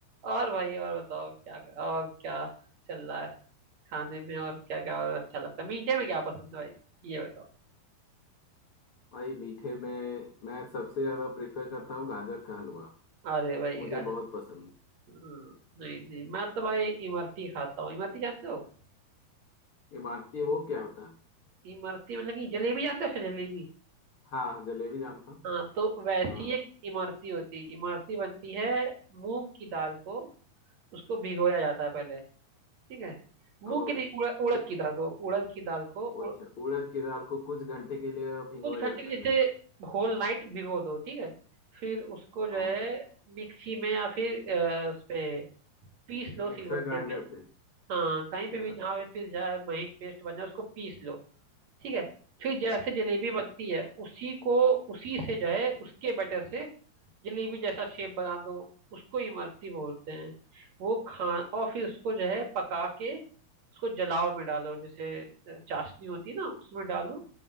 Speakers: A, on the right; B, on the left.
A: और भाई और बताओ क्या और क्या चल रहा है खाने में और क्या क्या और अच्छा लगता है मीठे में क्या पसंद है भाई ये बताओ
B: भाई मीठे में मैं सबसे ज्यादा प्रेफर करता हूँ गाजर का हलवा
A: अरे भाई
B: मुझे
A: गाजर
B: बहुत पसंद
A: हाँ, नहीं नहीं मैं तो भाई इमरती खाता हूँ इमरती जानते हो
B: इमरती वो क्या होता है
A: इमरती मतलब कि जलेबी जानते हो अच्छा जलेबी
B: हाँ जलेबी जानता हूँ
A: हाँ तो वैसी
B: हाँ,
A: एक इमरती होती है इमरती बनती है मूंग की दाल को उसको भिगोया जाता है पहले ठीक है मूंग
B: और
A: की नहीं उड़, उड़द
B: कि-
A: की दाल को उड़द की दाल को उड़,
B: वो अच्छा उड़द की दाल को कुछ घंटे के लिए भिगोया
A: कुछ घंटे
B: जाता
A: के लिए
B: है
A: जैसे
B: ना
A: होल नाइट भिगो दो ठीक है फिर उसको जो
B: और
A: है
B: अच्छा,
A: मिक्सी में या फिर अ, उस पे पीस लो
B: मिक्सर
A: सिलबट्टे
B: ग्राइंडर
A: पे
B: पे
A: हाँ
B: अच्छा
A: कहीं पे भी जहाँ
B: अच्छा।
A: पे पिस जाए महीन पेस्ट बन जाए उसको पीस लो ठीक है फिर जैसे जलेबी बनती है उसी को उसी से जो है उसके बैटर से जलेबी जैसा शेप बना दो उसको इमरती बोलते हैं वो खा और फिर उसको जो है पका के उसको जलाव में डालो जैसे अ, चाशनी होती है ना उसमें डालो